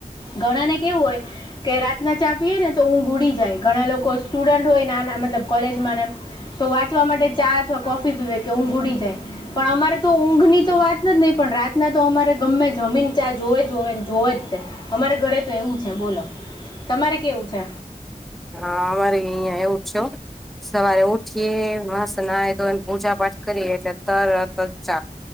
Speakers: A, on the left; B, in the centre.
A: ઘણા ને કેવું હોય. કે રાતના ચા પીએ ને તો ઊઘ ઉડી જાય ઘણા લોકો સ્ટુડન્ટ હોય નાના મતલબ કોલેજમાંને તો વાંચવા માટે ચા અથવા કોફી પીવે કે ઊંઘ ઉડી જાય પણ અમારે તો ઊંઘ ની તો વાત જ નહી પણ રાતના તો અમારે ગમે જમીન ચા જોવે જોવે જોવે જ તે અમારે ઘરે તો એવું છે બોલો તમારે કેવું છે
B: હા મારે અહીંયા એવું છે સવારે ઉઠીએ મસ્ત નાઈ ધોને પૂજા પાઠ કરીએ એટલે તરત ચા